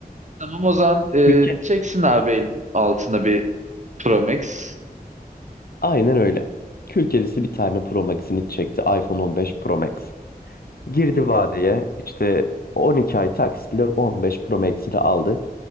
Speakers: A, on the right (about 50°); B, on the left (about 70°).
A: Tamam o zaman e,
B: Kül kedisi.
A: çeksin abi el- altına bir Pro Max.
B: Aynen öyle. Kül kedisi bir tane Pro Max'ini çekti. iPhone 15 Pro Max. Girdi vadeye işte 12 ay taksitle 15 Pro Max'ini aldı.